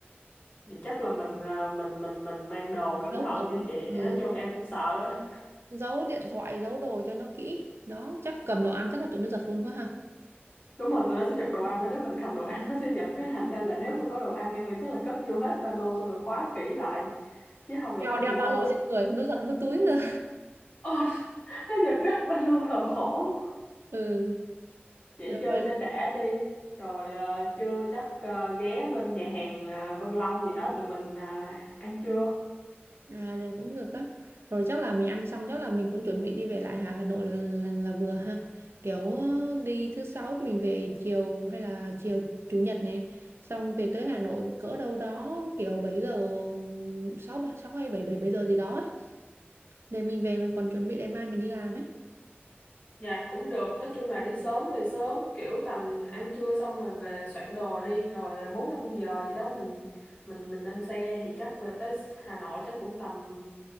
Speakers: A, on the left (about 40°); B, on the right (about 75°).
A: Thì chắc là mình ờ, mình mình mình mang đồ cẩn
B: giấu
A: thận
B: ở
A: như chị.
B: ừ,
A: Nói chung
B: đó.
A: em cũng sợ á.
B: giấu điện thoại giấu đồ cho nó kỹ đó chắc cầm đồ ăn chắc là tụi nó giật luôn quá ha
A: Đúng rồi, tụi nó sẽ giật đồ ăn á, nếu mình cầm đồ ăn <laughs> nó sẽ giật cái thành ra là nếu mà có đồ ăn em nghĩ chắc là cất vô hết ba lô xong rồi khóa kỹ lại chứ không là
B: đeo
A: có nhiều
B: đeo ba
A: con
B: lô
A: nó
B: lên người nó giật luôn túi rồi
A: Ờ, <laughs> nó giật rách ba lô là khổ.
B: <laughs> ừ
A: vậy
B: rồi
A: chơi cho đã đi rồi ờ, trưa chắc ờ, ghé bên nhà hàng ờ, Vân Long gì đó tụi mình ờ, ăn trưa
B: À, rồi cũng được á. Rồi chắc là mình ăn xong chắc là mình cũng chuẩn bị đi về lại Hà Hà Nội là, là, là vừa ha. Kiểu ờ, đi thứ sáu mình về chiều hay là chiều chủ nhật này xong về tới Hà Nội cỡ đâu đó kiểu 7 giờ 6 6 hay 7 7 7 giờ gì đó ấy. Để mình về mình còn chuẩn bị ngày mai mình đi làm ấy.
A: dạ cũng được nói chung là đi sớm về sớm kiểu tầm ăn trưa xong rồi về soạn đồ đi rồi ờ, bốn năm giờ gì đó mình mình mình lên xe thì chắc về tới Hà Nội chắc cũng tầm